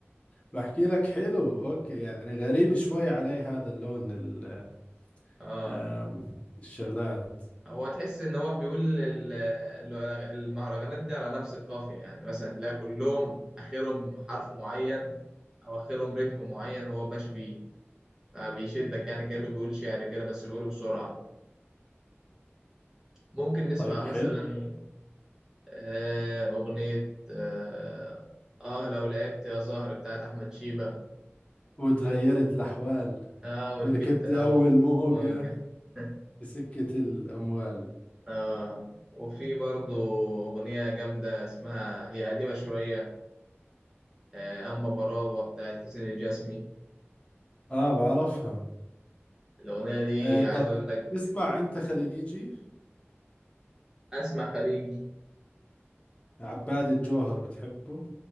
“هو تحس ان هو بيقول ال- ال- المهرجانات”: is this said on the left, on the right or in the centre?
Right